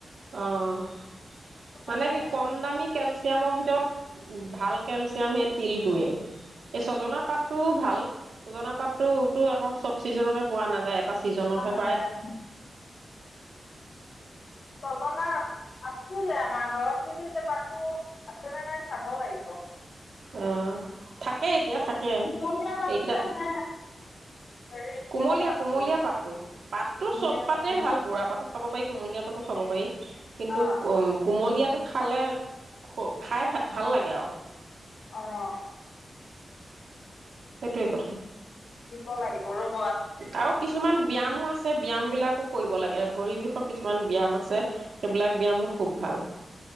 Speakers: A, on the right; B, on the left.
A: অহ',
B: কিন্তু
A: মানে কি
B: হেৰি
A: কম দামি কেল- কেলচিয়ামৰ ভিতৰত ভাল কেলচিয়াম তিলটোৱে। এই ছজনা -পাতটোও ভাল। সজনা পাততো-টো আকৌ চব চিজনতে পোৱা নাযায়। এটা ছিজনতহে
B: খোৱা নাযায়
A: পায়।
B: চজনা, আছিলে আমাৰ ঘৰত, কিন্তু এতিয়া তাকো আছেনে- নাই চাব লাগিব।
A: অ', থাকে এতিয়া থাকে,
B: কুমলীয়া পাতটো
A: এইকেইটা
B: নে নে হেৰি পুৰঠ
A: কুমলীয়া-
B: পাতটো
A: -কুমলীয়া পাতটো। পাতটো
B: কুমলীয়া
A: চব পাতেই
B: পাতটো ন
A: ভাল বুঢ়া পাতো খাব পাৰি। কুমলীয়াা পাতো খাব পাৰি। কিন্তু
B: অ
A: কোমলীয়াত, টো খালে খ-খাই ভাল লাগে আৰু।
B: অহ ',
A: সেইটোৱে কথা
B: দিব লাগিব ৰ,
A: আৰু কিছুমান ব্যয়ামো আছে ব্যয়াম বিলাকো, কৰিব লাগে আৰু ভৰি বিষৰ কিছুমান ব্যায়াম আছে সেইবিলাক ব্যয়ামো খুব ভাল।